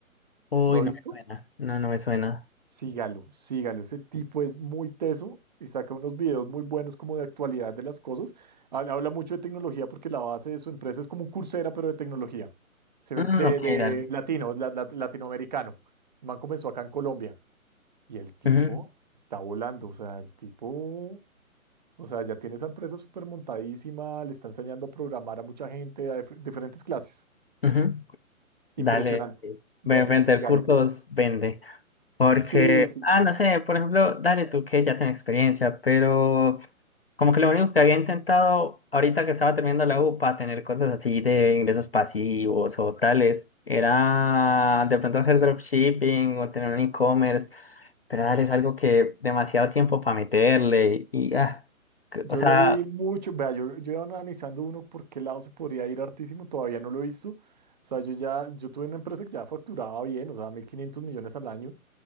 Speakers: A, on the left; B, on the right.
A: Uy,
B: ¿lo ha
A: no
B: visto?
A: me suena. No, no me suena.
B: Sígalo, sígalo, ese tipo es muy teso y saca unos videos muy buenos como de actualidad de las cosas. Habla habla mucho de tecnología porque la base de su empresa es como un Coursera, pero de tecnología, ¿Sí me-
A: Mm,
B: de,
A: ok,
B: de
A: dale.
B: latino, la- la- latinoamericano. El man comenzó acá en Colombia y el tipo
A: Ujú,
B: está volando, o sea, el tipo... O sea, ya tiene esa empresa súper montadísima, le está enseñando a programar a mucha gente, a dif- diferentes clases.
A: ujú. Dale.
B: Impresionante.
A: sí.
B: Ve,
A: Ven- Vender
B: sígalo.
A: cursos, vende. Porque,
B: Sí, sí,
A: ah,
B: sí.
A: no sé, por ejemplo, dale tú que ya tienes experiencia, pero como que lo único que había intentado ahorita que estaba terminando la U para tener cosas así de ingresos pasivos o tales, era de pronto hacer dropshipping o tener un e-commerce, pero dale, es algo que demasiado tiempo para meterle y, ah, que-
B: Yo
A: o sea,
B: lo vi mucho. Vea, yo, yo iba analizando uno por qué lado se podría ir hartísimo, todavía no lo he visto. O sea, yo ya, yo tuve una empresa que ya facturaba bien, o sea, 1.500 millones al año,